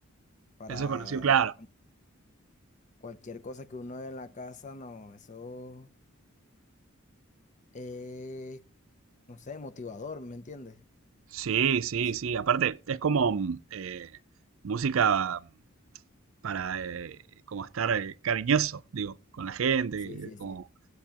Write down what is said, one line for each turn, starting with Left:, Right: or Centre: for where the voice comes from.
Left: para
Right: es conocido, claro.
Left: cualquier cosa que uno ve en la casa, no, eso es, no sé, motivador, ¿me entiendes?
Right: Sí, sí,
Left: Y sí,
Right: sí, aparte es como mm, eh, música para eh, como estar eh, cariñoso, digo, con la gente,
Left: sí, sí,
Right: como...
Left: sí,